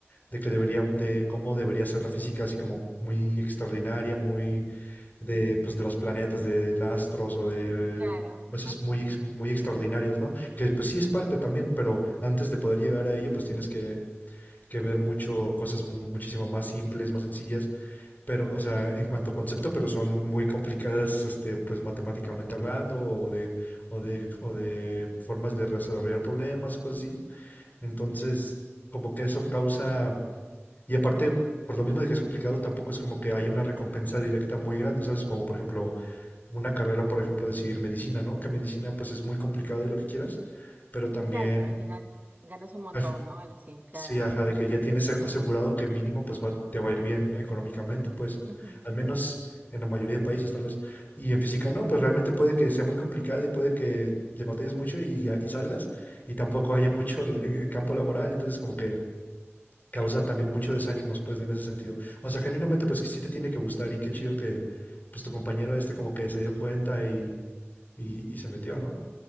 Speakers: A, on the left; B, on the right.
A: de que debería, de cómo debería ser la física, así como muy extraordinaria, muy de, pues, de los planetas, de los astros o de
B: Claro. Ajá.
A: cosas muy, ex- muy extraordinarias, ¿no? Que pues sí es parte también, pero antes de poder llegar a ello, pues tienes que, que ver mucho, cosas mu- muchísimo más simples, más sencillas pero, o sea, en cuanto a concepto, pero son muy complicadas, este, pues matemáticamente hablando, o de, o de, o de formas de resolver problemas, cosas así. Entonces, como que eso causa, y aparte, por lo mismo de que es complicado, tampoco es como que haya una recompensa directa muy grande, ¿sabes? Como por ejemplo, una carrera, por ejemplo, decidir medicina, ¿no? Que medicina, pues es muy complicada y lo que quieras, pero también
B: Claro, pero al final ganas un montón,
A: al-
B: ¿no? Algo así, claro.
A: Sí, ajá, de que ya tienes a- asegurado que mínimo pues va, te va a ir bien económicamente, pues,
B: Ujú.
A: al menos en la mayoría de países tal vez. Y en física no, pues realmente puede que sea muy complicado y puede que le batalles mucho y, ya- y salgas y tampoco haya mucho el, en- en campo laboral, entonces como que causa también mucho desánimos pues en ese sentido. O sea, genuinamente pues que sí te tiene que gustar y qué chido que pues tu compañero este como que se dio cuenta y, y, y se metió, ¿no?